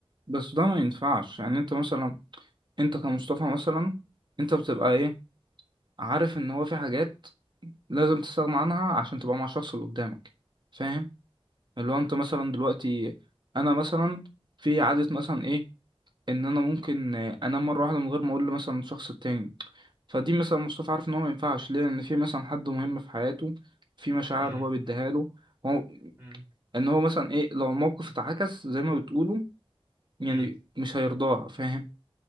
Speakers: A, on the right (about 50°); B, on the right (about 20°).
A: بس ده ما ينفعش يعني انت مثلا انت كمصطفى مثلا انت بتبقى ايه عارف ان هو في حاجات لازم تستغنى عنها عشان تبقى مع الشخص اللي قدامك فاهم اللي هو انت مثلا دلوقتي انا مثلا في عادة مثلا ايه ان انا ممكن آه، انام مرة واحدة من غير ما اقول له مثلا الشخص التاني فدي مثلا مصطفى عارف ان هو ما ينفعش ليه ان في مثلا حد مهم في حياته في مشاعر
B: امم
A: هو بيديها له هو
B: امم
A: ان هو مثلا ايه لو الموقف اتعكس زي ما بتقولوا يعني
B: امم
A: مش هيرضاها فاهم